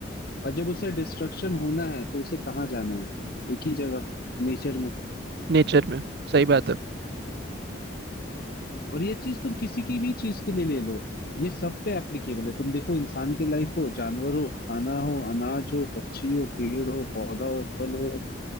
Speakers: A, on the left; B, on the right.
A: और जब उसे डिस्ट्रक्शन होना है तो उसे कहाँ जाना है एक ही जगह नेचर में
B: नेचर में सही बात है
A: और ये चीज तुम किसी की भी चीज के लिए ले लो ये सब पे एप्लीकेबल है तुम देखो इंसान की लाइफ हो जानवर हो खाना हो अनाज हो पक्षी हो पेड़ हो पौधा हो फल हो